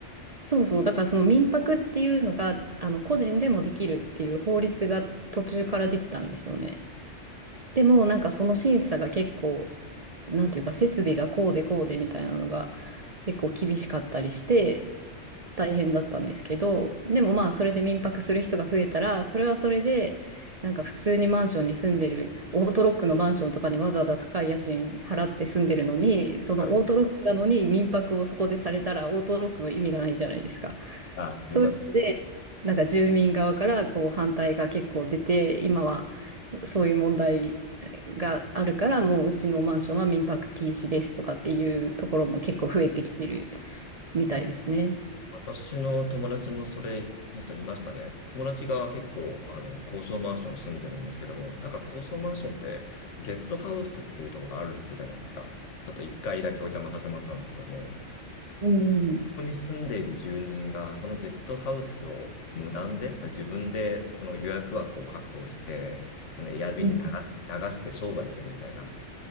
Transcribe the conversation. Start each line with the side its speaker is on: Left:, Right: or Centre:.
Right: そうそう。だからその民泊っていうのが、あの、個人でもできるっていう法律が途中からできたんですよね。でも、なんかその審査が結構、なんていうか、設備がこうでこうでみたいなのが結構厳しかったりして、大変だったんですけど、でもまあそれで民泊する人が増えたら、それはそれで、なんか普通にマンションに住んでる、オートロックのマンションとかにわざわざ高い家賃払って住んでるのに、そのオートロックなのに民泊をそこでされたら、
Left: はい。
Right: オートロックの意味がないじゃないですか。
Left: あ、
Right: そういうので、
Left: 始まっ
Right: なんか住民側からこう反対が結構出て、今はそういう問題があるから、もううちのマンションは民泊禁止ですとかっていうところも結構増えてきてるみたいですね。
Left: 私の友達もそれ、その人いましたね。友達が結構、あの、高層マンション住んでるんですけども、なんか高層マンションってゲストハウスっていうところがあるらしいじゃないですか。ちょっと一回だけお邪魔させてもらったんですけども、こ
Right: うん
Left: こに住んでいる住人が、そのゲストハウスを無断で、自分でその予約枠を確保して、そのエアビに流、
Right: うん。
Left: 流して商売してるみたいな。